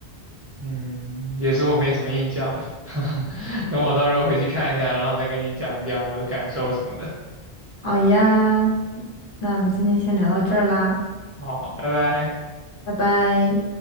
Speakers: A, on the right (about 15°); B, on the left (about 55°).
A: 嗯，也是我没什么印象的，<laughs> 等我到时候回去看一下，然后再跟你讲一讲我的感受什么的。
B: 好呀，那我们今天先聊到这儿啦，
A: 好，拜拜。
B: 拜拜。